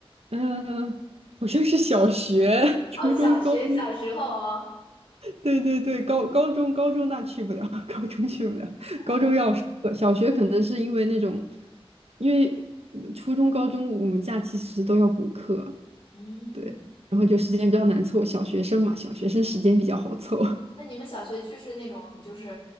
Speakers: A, on the right; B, on the left.
A: 嗯，好像是小学、初中、
B: 哦，小学小时候哦，
A: 高中。对对对，高高中高中那去不了，<laughs> 高中去不了，
B: 哦，
A: 高中要上课，小学可能是因为那种，因为初中、高中我们假期其实都要补课，
B: 嗯。
A: 对，然后就时间比较难凑，小学生嘛，小学生时间比较好凑
B: 那你们小学去是那种就是